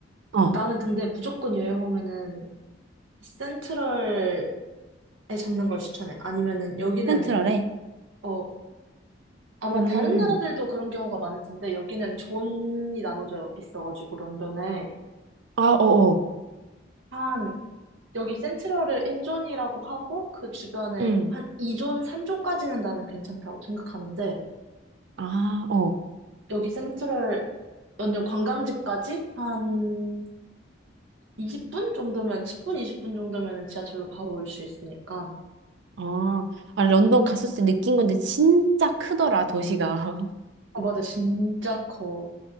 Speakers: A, on the right; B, on the right.
A: 어,
B: 나는 근데 무조건 여행 오면은 센트럴에 잡는 걸 추천해. 아니면은 여기는,
A: 센트럴에?
B: 어, 아마
A: 음,
B: 다른 나라들도 그런 경우가 많을 텐데, 여기는 존이 나눠져 있어가지고, 런던에.
A: 아, 어어,
B: 한, 여기 센트럴을 1존이라고 하고, 그 주변에
A: 음,
B: 한 2존, 3존까지는 나는 괜찮다고 생각하는데,
A: 아, 어,
B: 여기 센트럴 완전 관광지까지 한 20분 정도면 10분 20분 정도면은 지하철로 바로 올 수 있으니까.
A: 아, 아, 런던 갔었을 때 느낀 건데 진짜 크더라, 도시가. <laughs>
B: 아 맞아 진짜 커.